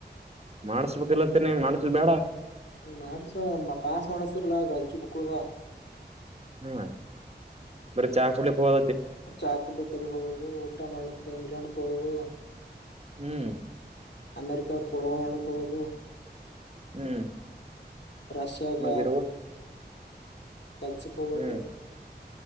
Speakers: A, on the right; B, on the left.
A: ಮಾಡಸಬೇ ಅದೇ ಅನ್ನತೀನಿ. ಮಾಡಸ್ಲಿ ಬೇಡ,
B: ಮಾಡಸ ಪಾಸ್ ಮಾಡಸ್ಸರ್ಲ ಗಾಯಕಿ ಬುಕ್ಳುವ.
A: ಹ್ಮ್ ಬರೇ ಚಾ ಕುಡಿಲಿಕ್ಕಿ <unintelligible>
B: ಚಾ ಕೂಡ್ಲಿಕಿ ಅಲ್ಲಿಗಿ ಹೋಗೋದು. ಊಟ ಮಾಡ್ಲಕ್ಕ ಇಂಗ್ಲೆಂಡ್ಕ್ ಹೋಗೋದು.
A: ಹ್ಮ್.
B: ಅಮೇರಿಕ ಪೂರ್ವ <unintelligible> ಹೋಗದು
A: ಹ್ಮ್.
B: ರಷ್ಯಾಗ,
A: ಮ ಗಿಡಗು
B: ಕೆಲ್ಸಕ್ ಹೋಗೋದು.
A: ಹ್ಮ್